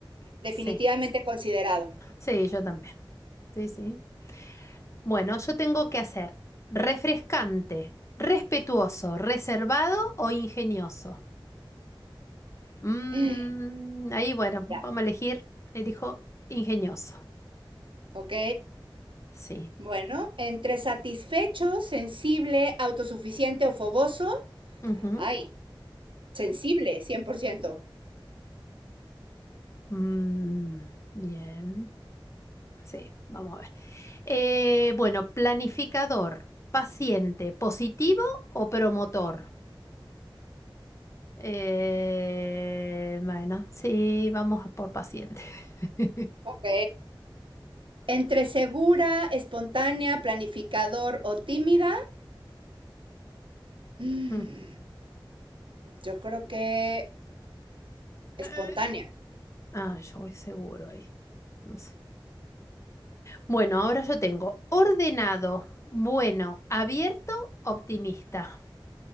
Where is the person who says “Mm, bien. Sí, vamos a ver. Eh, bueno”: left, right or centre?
Left